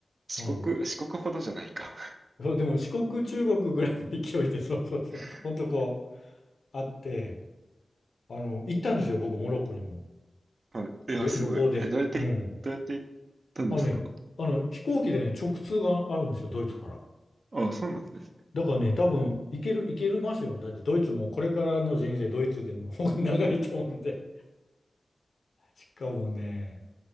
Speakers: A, on the right; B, on the left.
A: 四国、
B: うん。
A: 四国ほどじゃないか。
B: そう、でも四国、中国ぐらいの勢いで、そうそうそう、
A: <laughs>
B: ほんとこう、あって、あの、行ったんですよ、僕、モロッコにも。
A: はい。いや、
B: 旅、
A: すごい。
B: 旅行で。
A: え、どうやってい、
B: うん。
A: どうやって行ったんですか
B: あのね、あの、飛行機でね、直通があるんですよ、ドイツから。
A: あ、そうなんです
B: だからね、多分、行ける、行けるますよ。だって、ドイツもこれからの人生、ドイツでの方が <laughs> 長いと思うんで。しかもね、